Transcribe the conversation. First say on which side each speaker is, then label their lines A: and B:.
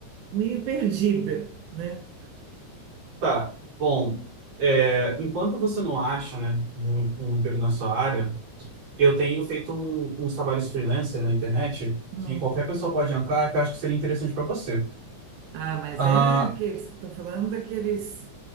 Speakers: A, on the right (about 85°); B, on the right (about 60°).
A: meio perdida, né?
B: tá. Bom, é, enquanto você não acha, né, um, um emprego na sua área, eu tenho feito um- uns trabalhos freelancer na internet
A: Hum.
B: que qualquer pessoa pode entrar, que eu acho que seria interessante para você.
A: Ah, mas
B: Ah,
A: é que você está falando daqueles